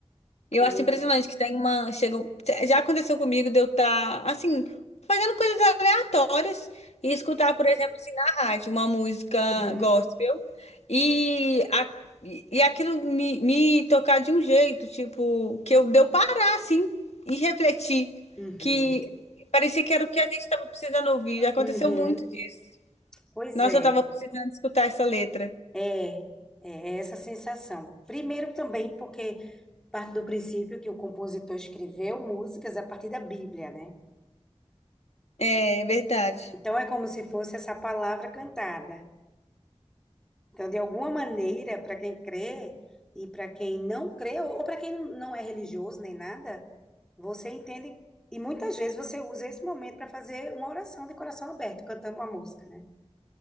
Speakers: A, on the left; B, in the centre.
A: Eu
B: E
A: acho
B: aí,
A: impressionante que tem uma. Chega, já aconteceu comigo de eu estar, assim, fazendo coisas aleatórias e escutar, por exemplo, assim, na rádio, uma música
B: uhum,
A: gospel. E, a, e e aquilo me, me tocar de um jeito, tipo, que eu, de eu parar, assim, e refletir.
B: uhum,
A: Que parecia que era o que a gente estava precisando ouvir. Já aconteceu
B: uhum.
A: muito disso.
B: Pois
A: Nossa,
B: é,
A: eu estava precisando escutar essa letra.
B: é, é essa sensação. Primeiro também porque parte do princípio que o compositor escreveu músicas a partir da Bíblia, né?
A: É verdade.
B: Então é como se fosse essa palavra cantada. Então, de alguma maneira, para quem crê e para quem não crê, ou para quem não é religioso nem nada, Você entende, e muitas vezes você usa esse momento para fazer uma oração de coração aberto, cantando uma música, né?